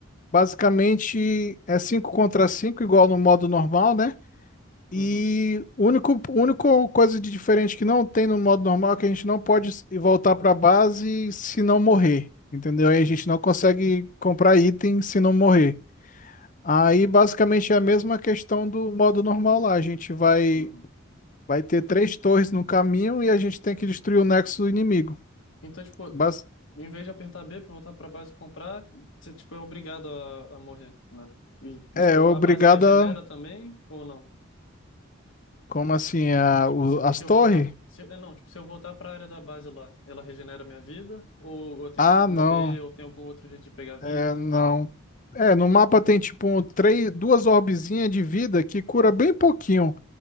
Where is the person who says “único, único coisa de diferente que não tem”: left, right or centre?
Left